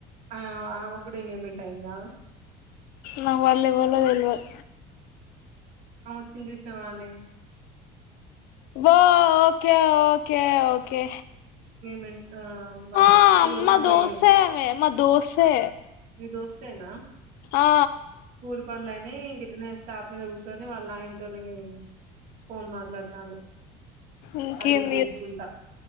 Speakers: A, on the right (about 55°); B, on the left (about 70°).
A: ఆ ఆమె కూడా ఎంగేజ్మెంట్ అయ్యింది కాద
B: నాకు వాళ్ళు ఎవ్వళ్లో తెల్వదు
A: దిన్ని చూసినావనే
B: ఓ ఓకే ఓకే ఓకే
A: మ ఆ మా
B: ఆ
A: పూల
B: మా
A: పండ్ల
B: దోసే
A: అయిని
B: ఆమె మా దోసే
A: మీ దోస్త అయినా
B: ఆ
A: పూలి పండ్ల అయినా న వెనే స్టాఫ మీద కూర్చొని వాళ్ళ ఆయనతోని ఫోన్ మాట్లాడతాని
B: ఇంకేంది
A: అటిద్దకుంట